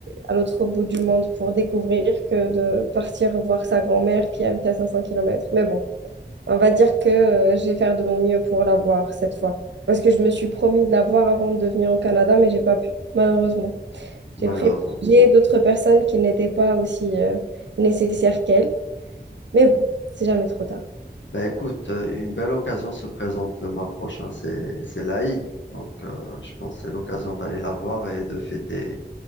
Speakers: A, on the right (about 80°); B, on the left (about 90°).
A: à l'autre bout du monde pour découvrir que de partir voir sa grand-mère qui habite à 500 km. Mais bon, on va dire que euh, je vais faire de mon mieux pour la voir cette fois. Parce que je me suis promis de la voir avant de venir au Canada, mais j'ai pas pu, malheureusement.
B: malheureusement.
A: J'ai privilégié d'autres personnes qui n'étaient pas aussi euh, nécessaires qu'elle. Mais bon, c'est jamais trop tard.
B: Bah écoute, euh, une belle occasion se présente le mois prochain, c'est c'est l'Aïd. Donc euh, je pense que c'est l'occasion d'aller la voir et de fêter